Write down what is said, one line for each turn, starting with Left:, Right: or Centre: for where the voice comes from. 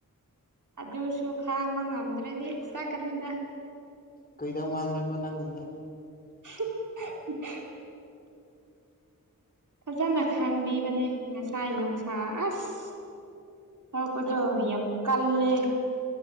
Right: ꯑꯗꯨꯁꯨ ꯈꯥꯡꯕ ꯉꯝꯗ꯭ꯔꯗꯤ ꯆꯥꯛꯀꯅꯤꯗ
Left: ꯀꯩꯗꯧ ꯃꯥꯥꯟꯗ꯭ꯔꯦꯕ ꯅꯪꯁꯦ
Right: <unintelligible> ꯐꯖꯅ ꯈꯥꯡꯕꯤꯕꯅꯦ ꯉꯁꯥꯏ ꯅꯨꯡꯁꯥ ꯑꯁ ꯊꯄꯗꯣ ꯌꯥꯝ ꯌꯥꯝ ꯀꯜꯂꯦ